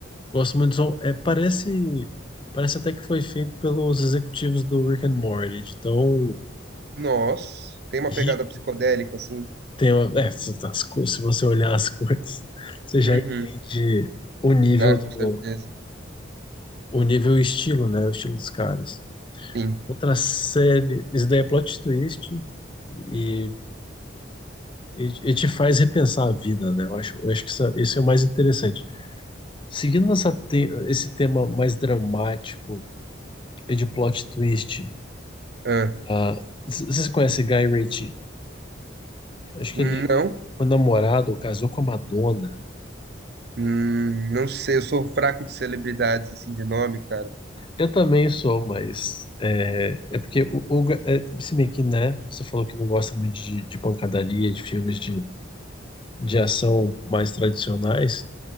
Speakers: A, on the left; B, on the right.
A: Gosto muito do som. É, parece, parece até que foi feito pelos executivos do Rick and Morty, de tão
B: Nossa, tem uma
A: rico,
B: pegada psicodélica, assim.
A: tem uma- é, se as cor- se você olhar as cores, <laughs> você já
B: Uhum.
A: entende o nível
B: Ah, com
A: do,
B: certeza.
A: o nível e o estilo, né? O estilo dos caras.
B: Sim.
A: Outra série, isso daí é plot twist e, e, e te faz repensar a vida, né? Eu acho, eu acho que isso, é, isso é o mais interessante. Seguindo essa te- esse tema mais dramático e de plot twist,
B: Ah,
A: ah, c- vocês conhecem Guy Ritchie? Acho
B: não?
A: que ele foi namorado, casou com a Madonna.
B: Hum, não sei, eu sou fraco de celebridades, assim, de nome, cara.
A: Eu também sou, mas é, é porque o, o ga- é, se bem que, né, você falou que não gosta muito de, de pancadaria, de filmes de, de ação mais tradicionais.